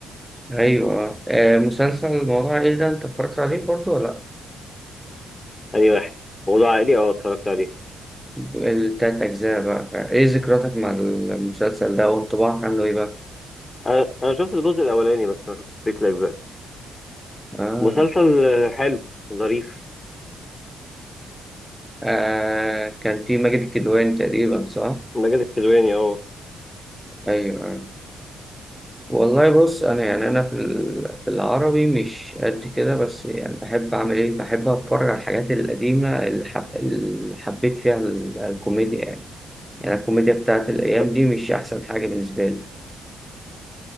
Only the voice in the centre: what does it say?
ايوه آه مسلسل موضوع عائلي ده انت اتفرجت عليه برضه ولا
لا التلات اجزاء بقى ايه ذكرياتك مع المسلسل ده وانطباعك عنه ايه بقى
آه.
آه كان في ماجد الكدواني تقريبا صح
ايوه والله بص انا يعني انا في ال- في العربي مش قد كده بس يعني بحب اعمل ايه بحب اتفرج على الحاجات القديمه اللي, حب... اللي حبيت فيها ال- الكوميديا يعني يعني الكوميديا بتاعت الايام
دي مش احسن حاجه بالنسبه لي